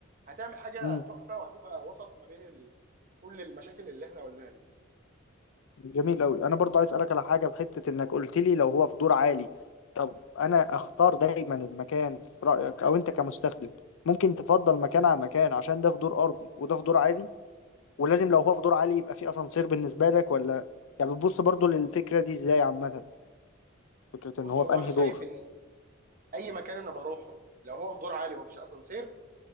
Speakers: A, on the right (about 40°); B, on the left (about 70°).
A: هتعمل حاجه
B: امم.
A: تحفه وهتبقى وسط ما بين ال... كل المشاكل اللي احنا قلناها دي
B: جميل قوي انا برضو عايز اسالك على حاجه بحته انك قلت لي لو هو في دور عالي طب انا اختار دايما المكان في رايك او انت كمستخدم ممكن تفضل مكان على مكان عشان ده في دور ارضي وده في دور عالي ولازم لو هو في دور عالي يبقى في اسانسير بالنسبه لك ولا يعني بتبص برضو للفكره دي ازاي عامه فكره
A: بص
B: ان هو
A: هو
B: في انهي
A: انا شايف
B: دور
A: ان اي مكان انا بروحه لو هو في دور عالي ومفيش اسانسير